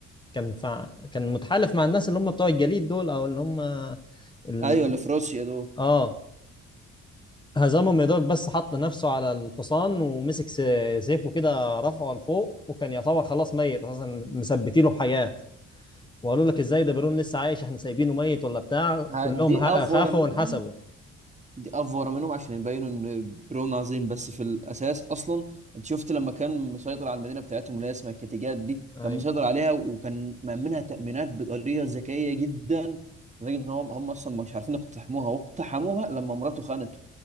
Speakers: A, on the left (about 15°); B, on the right (about 25°).
A: كان فع... كان متحالف مع الناس اللي هم بتوع الجليد دول او اللي هم ال...
B: ايوه اللي في روسيا دول
A: اه هزمهم يا دوب بس حط نفسه على الحصان ومسك س- سيفه كده رفعه لفوق وكان يعتبر خلاص ميت اساسا مثبتينه بحاجات وقالوا لك ازاي ده بيرون لسه عايش احنا سايبينه ميت ولا بتاع
B: ه-
A: كلهم
B: دي
A: ه-
B: افور
A: خافوا
B: منهم
A: وانحسبوا
B: دي افور منهم عشان يبينوا ان برون عظيم بس في الاساس اصلا انت شفت لما كان مسيطر على المدينه بتاعتهم اللي هي اسمها الكتيجات دي
A: ايوه
B: كان مسيطر عليها وكان مأمنها تأمينات بطريقه ذكيه جدا لدرجه ان هم هم اصلا مش عارفين يقتحموها واقتحموها لما مراته خانته